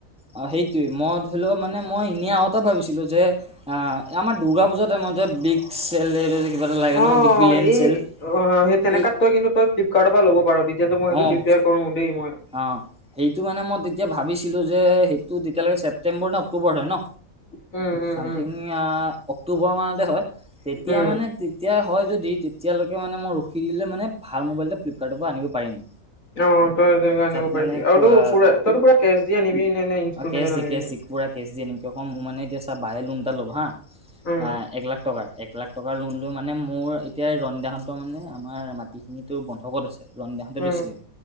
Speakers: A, in the centre; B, on the left.
A: অ, ' সেইটোৱেই মই ধৰি লওক, মানে মই এনেই আউট ক ভাবিছিলো যে, অ আমাৰ দ দূৰ্গা পূজাতাইম যে বিগ চেল কিবা এটা লাগে
B: অ,
A: নহয় বিগ বিলিয়ন
B: ' এই'
A: চেল
B: অ, ' সেই তেনেকাত
A: এই
B: তই কিন্তু তই ফ্লিপকাৰ্টৰ পৰা ল'ব পাৰ তেতিয়াতো মই সেইটো
A: অ'
B: প্ৰিফাৰ কৰো দেই মই।
A: অ' সেইটো মানে মই, এতিয়া ভাবিছিলো যে, সেইটো তেতিয়ালৈকে ছেপ্টম্বৰ ন অক্টোবৰ হয় ন
B: um, um,
A: something
B: um,
A: October মানতে হয়, তেতিয়া
B: উম।
A: মানে, তেতিয়া হয় যদি তেতিয়ালৈকে মানে মই ৰখি দিল মে, ভাল মোবাইল এ ফ্লিপকাৰ্টৰ পৰা আনিব পাৰিম।
B: অ' তই তেনেকুৱা আনিব
A: তাত
B: পাৰিবি।
A: মানে কোৱা
B: আৰু তই পুৰা তইো পুৰা কেছ দিয় আনিবি নে? নে ইনষ্টলমেন্টত
A: কেচ দি
B: আনিবি
A: কেচ
B: নি?
A: দি পুৰা কেচ দিয়ে। এনেকে ক মানে এতিয়া চা বাহে লোন এটা ল'ব হা
B: উম
A: অ', এক লাখ টকা, এক লাখ টকা লোন লৈ মানে মোৰ এতিয়া ৰনীদাত মানে, আমাৰ মাটি খিনিতো বন্ধকত আছে। ৰণীডাহঁতে
B: উম
A: লৈছিলে।